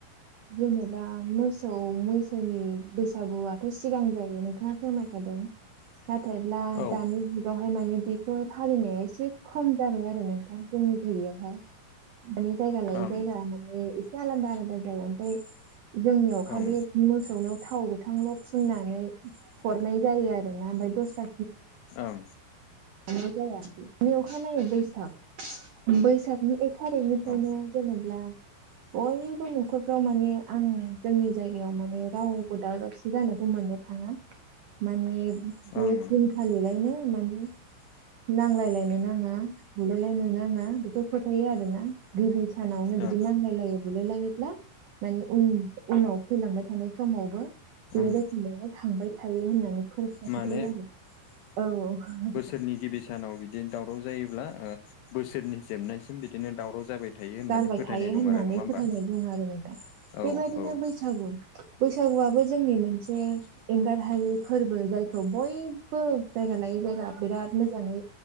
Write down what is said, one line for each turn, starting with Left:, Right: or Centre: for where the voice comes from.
Right: जेनेबा मोसौ मैसौ दोनि बैसागुआथ' सिगां जायो नोंथाङा फोरमायखादों। नाथायब्ला
Left: औ ओं
Right: दानि बेवहाय माने बेखौ फालिनाया एसे खम जाबाय आरो नोंथां जोंनि जायगायावहाय। माने जायगाालाय
Left: ओं
Right: जायगा माने एसे आलादा आलादा जायगा ओफ्राय जोंनियाव
Left: ओं
Right: खालि मोसौनो थाव गोथांल' फुननानै हनाय जायो आरो ना ओमफ्राय दस्रा
Left: औ ओं
Right: नाय जाया अखानायनायो बैसाग बैसागनि एक थारिखनिफ्रायनो
Left: औ
Right: जेनब्ला बयबो न'खरफ्राव माने आं जोंनि जायगायाव माने रावबो दाव दावसि जानायखौ मोनो थाङा माने बे
Left: आं
Right: दिनखालिलायनो माने नांलायलायनो नाङा बुलायलायनो नाङा बेखौ फोथायो आरोना गिबि सानावनो
Left: ओं
Right: बिदि नांलाय लायो बुलायलायोब्ला मानि उन उनाव फैलांबाय थानाय समावबो
Left: ओं
Right: बे रोखोमैनो थांबाय थायो होननानै फोरफथाय
Left: माने
Right: आरो औ।
Left: सोरनि गिबि सानाव बिदि दावराव जायोब्ला बोसोरनि जोबनायसिम बिदिनो दावराव जाबाय। थायो होननानै
Right: जालबाय
Left: फोथायनाय
Right: थायो
Left: दं
Right: होननानै
Left: आरो नङा होमबा
Right: फोथायनाय दं आरो नोंथां
Left: औ
Right: बेबायदिनो
Left: औ ओं
Right: बैसागु बैसागुआबो जोंनि मोनसे एंगार हायै फोरबो जायखौ बयबो जायगा लायै जायगा बिराद मोजाङै